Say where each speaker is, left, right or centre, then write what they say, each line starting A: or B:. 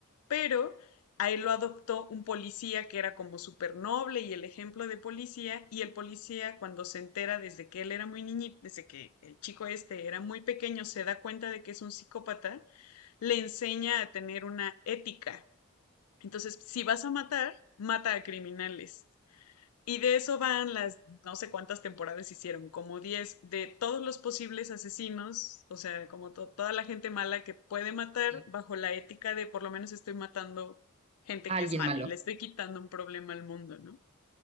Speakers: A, on the left (about 80°); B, on the right (about 25°).
A: pero a él lo adoptó un policía que era como súper noble y el ejemplo de policía, y el policía cuando se entera desde que él era muy niñito, desde que el chico este era muy pequeño, se da cuenta de que es un psicópata, le enseña a tener una ética. Entonces, si vas a matar, mata a criminales. Y de eso van las, no sé cuántas temporadas hicieron, como 10 de todos los posibles asesinos, o sea, como to- toda la gente mala que puede matar
B: sí,
A: bajo la ética de por lo menos estoy matando gente
B: alguien
A: que es mala
B: malo,
A: y le estoy quitando un problema al mundo, ¿no?